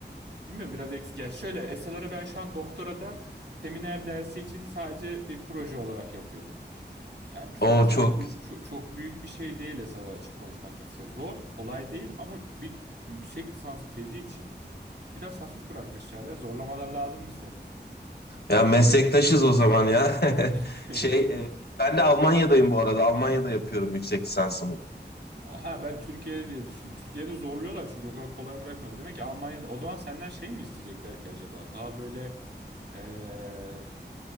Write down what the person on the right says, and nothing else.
bilmiyorum biraz eksik. Yani şöyle SLR'ı ben şu an doktorada seminer dersi için sadece bir proje olarak yapıyorum. Yani çok
çok
bü- çok, çok büyük bir şey değil esasında açık konuşmak gerekirse. Zor, kolay değil ama bir yüksek lisans tezi için biraz hafif bırakmışlar ya. Zorlamalar lazım mı senin?
<laughs>
Evet
evet.
Ha ben Türkiye'de diye düşün. Türkiye'de zorluyorlar çünkü o kadar kolay bırakmıyorlar. Demek ki Almanya'da o zaman senden şey mi isteyecekler ki acaba? Daha böyle eee,